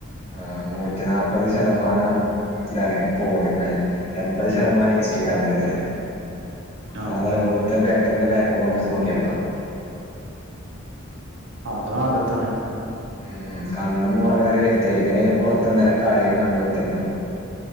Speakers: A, on the left; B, on the right.
A: ആഹ് നൂറ്റിനാപത് ശതമാനം ഇതാണ് പോണ് ഇന്നലെ എൺപത് ശതമാനം
B: ഉം
A: ഇനി ഇസ്റ്റഗ്രാമിൽ ഇന്നലെ,
B: ആഹ്
A: ഞാന്നലെ വെർതെ ബാറ്ററിന്റെ ബാക്കപ്പ് ഒന്നെടുത്ത് നോക്കിയാപ്പളാ
B: അതും ആബത്താണ്
A: ഉം കണ്ണും മോറ് നല്ല വരുത്ത പിന്നെ പുറത്ത്ന്നലെ കളിയും കണ്ടുത്തിരുന്നു